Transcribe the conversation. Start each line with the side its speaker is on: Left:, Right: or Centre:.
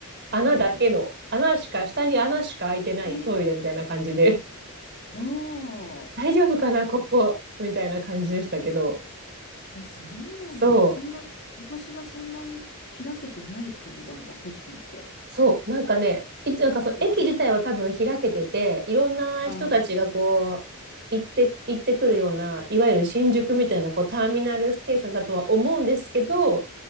Right: 穴だけの、
Left: うん。
Right: 穴しか、下に穴しか開いてないトイレみたいな感じで、
Left: えうん、
Right: <laughs> 大丈夫かな、ここみたいな感じでしたけど、
Left: あ、そうなんだ。
Right: そう、
Left: そんな、昔はそんなに開けてないとこなんだ、北京って。
Right: そう、なんかね、いなんかその駅自体は多分開けてて、
Left: なんか、
Right: いろんな人たちがこう、
Left: ああ、
Right: 行って、行ってくるような、いわゆる新宿みたいなこうターミナルステーションだとは思うんですけど、